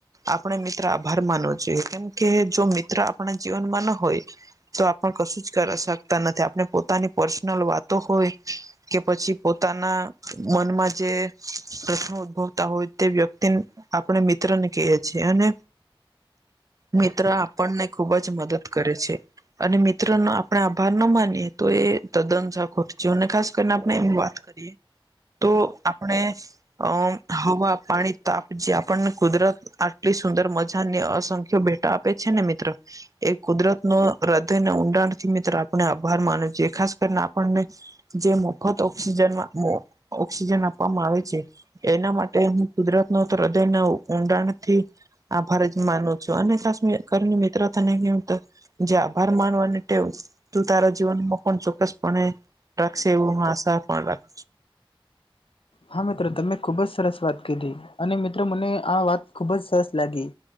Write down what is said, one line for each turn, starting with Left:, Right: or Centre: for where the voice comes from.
Right: આપણે મિત્ર આભાર માનવો જોઈએ કેમ કે જો મિત્ર આપણા જીવનમાં ના હોય તો આપણ કશું જ કરી શકતા નથી આપણે પોતાની પર્સનલ વાતો હોય કે પછી પોતાના મનમાં જે પ્રશ્નો ઉદભવતા હોય તે વ્યક્તિને આપણે મિત્રને કહીએ છીએ અને મિત્ર આપણને ખુબ જ મદદ કરે છે. અને મિત્રનો આપણે આભાર ના માનીએ તો એ તદ્દન સાવ ખોટું છે, અને ખાસ કરીને આપણે એમ વાત કરીએ તો આપણે અ હવા, પાણી, તાપ જે આપણ કુદરત આટલી સુંદર મજાને અસંખ્ય ભેટા આપે છે ને મિત્ર. એ કુદરત ન હૃદયને ઊંડાણથી મિત્ર આપણે આભાર માનો છે ખાસ કરીને આપણને જે મફત ઓક્સિજન ઓક્સિજન આપવામાં આવે છે. એના માટે હું કુદરતનો હ્રદયના ઊંડાણથી આભારે જ માનું છું અને ખાસ કરીને મિત્રને કે જે આભાર માનવાની ટેવ તું તારા જીવનમાં પણ ચોક્કસ પણ રાખશે એવું હું આશા પણ રાખ
Left: હા મિત્રો તમે ખૂબ જ સરસ વાત કીધી અને મિત્રો મને આ વાત ખુબ જ સરસ લાગી.